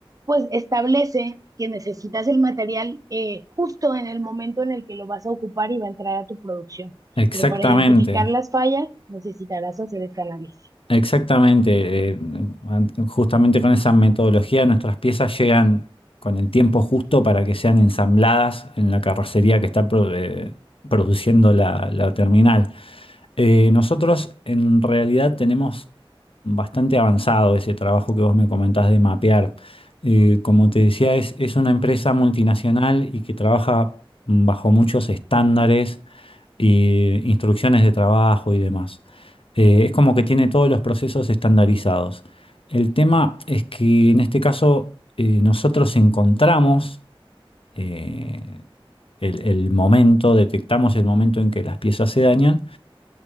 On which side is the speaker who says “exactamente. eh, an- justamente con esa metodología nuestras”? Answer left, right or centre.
Left